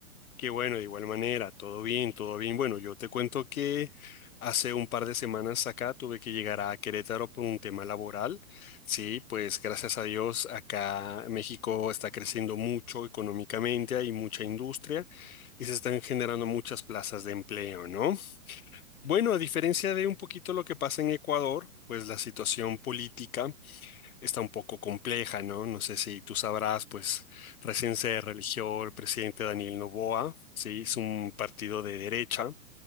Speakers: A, on the left (about 80°); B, on the right (about 45°).
A: Qué bueno, de igual manera, todo bien, todo bien. Bueno, yo te cuento que hace un par de semanas acá tuve que llegar a Querétaro por un tema laboral. Sí, pues
B: Ujú,
A: gracias a Dios acá México está creciendo mucho económicamente, hay mucha industria y se están generando muchas plazas de empleo, ¿no?
B: ujú,
A: Bueno, a diferencia de un poquito lo que pasa en Ecuador, pues la situación política. está un poco compleja, ¿no? No sé si tú sabrás, pues recién se religió el presidente Daniel Noboa, ¿sí?
B: ujú,
A: Es un partido de derecha,